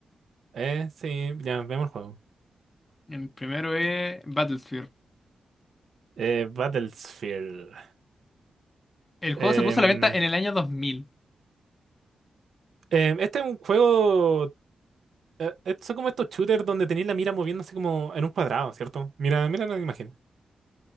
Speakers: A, on the right; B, on the left.
A: Eh, sí, ya, veamos el juego.
B: El primero es Battlefield.
A: Eh, Battlefield.
B: El juego
A: Em,
B: se puso a la venta en el año 2000.
A: em, este es un juego... eh, es- son como estos shooters donde tenéis la mira moviéndose como en un cuadrado, ¿cierto? Mira, mira la imagen.